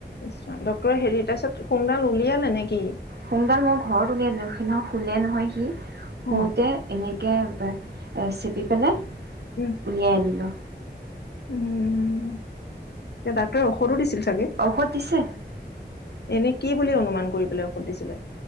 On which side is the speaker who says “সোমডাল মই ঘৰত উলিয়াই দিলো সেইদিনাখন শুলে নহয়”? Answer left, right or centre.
Right